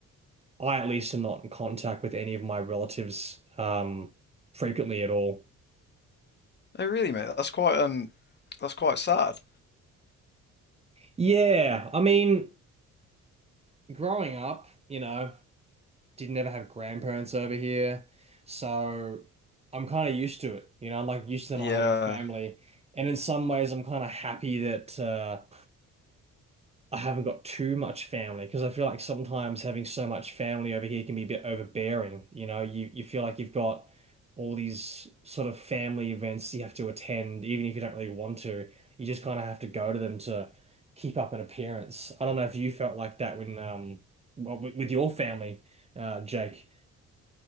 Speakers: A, on the right; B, on the left.
A: I at least am not in contact with any of my relatives um, frequently at all.
B: Oh, really, mate? That's quite um, that's quite sad.
A: Yeah, I mean, growing up, you know, didn't ever have grandparents over here, so I'm kind of used to it. You know, I'm like used to
B: Yeah,
A: not having family, and in some ways, I'm kind of happy that uh, I haven't got too much family because I feel like sometimes having so much family over here can be a bit overbearing. You know, you you feel like you've got all these sort of family events you have to attend, even if you don't really want to. You just kind of have to go to them to keep up an appearance. I don't know if you felt like that when um well, with, with your family, uh, Jake.